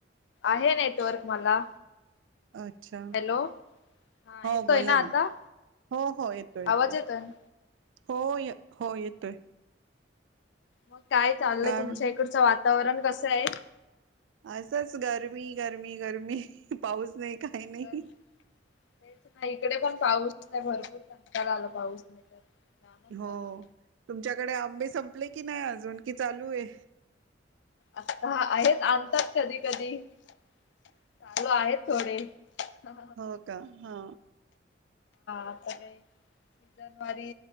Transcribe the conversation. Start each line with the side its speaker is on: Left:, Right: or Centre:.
Left: आहे नेटवर्क मला
Right: अच्छा
Left: हॅलो. हा
Right: हो
Left: येतोय
Right: बोोलला
Left: आता
Right: ना हो हो येतोय येतोय
Left: आवाज ना.
Right: हो य हो येतोय
Left: मग काय चाललंय
Right: काय
Left: तुमच्या
Right: म्हण
Left: इकडचं वातावरण कस आहे
Right: असंच गरमी गरमी गरमी पाऊस नाही काही नाही
Left: बर तेच नाही तकडे पण पाऊस नाही भरपूर कंकाळ आला पाऊस नाही तर जामच
Right: हो
Left: गरम
Right: तुमच्याकडे आंबे संपले की नाही अजून कि चालू आहे
Left: आता आहेत आणतात कधी कधी चालू आहेत थोडे हा
Right: हो का हा
Left: आता सीजन वारी